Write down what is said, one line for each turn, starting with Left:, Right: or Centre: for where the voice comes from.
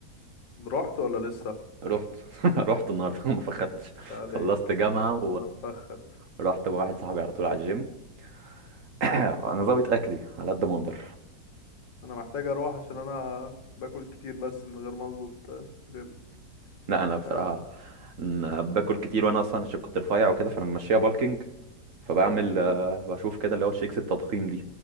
Left: رحت ولا لسه
Right: رحت <laughs> رحت النهارده ما فخدتش
Left: لا عليك
Right: خلصت جامعه
Left: انا م- انا مفخد
Right: ورحت مع واحد صاحبي على طول على الجيم <clears throat> انا ظابط اكلي على قد ما اقدر
Left: انا محتاج اروح عشان انا باكل كتير بس من غير ما اظبط جيم
Right: لا انا بصراحه
Left: مش عارف
Right: أنا باكل كتير وانا اصلا عشان كنت رفيع وكده فانا ماشيها بالكينج فبعمل
Left: امم
Right: آه، بشوف كده اللي هو الشيكس التضخيم دي